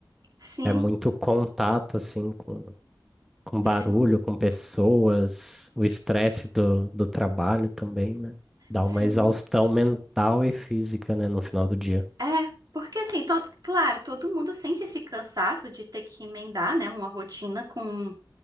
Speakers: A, on the right (about 50°); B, in the centre.
A: Sim,
B: É muito contato, assim, com, com
A: sim,
B: barulho, com pessoas, o estresse do, do trabalho também, né? Dá
A: sim.
B: uma exaustão mental e física, né, no final do dia.
A: É, porque assim, todo, claro, todo mundo sente esse cansaço de ter que emendar, né, uma rotina com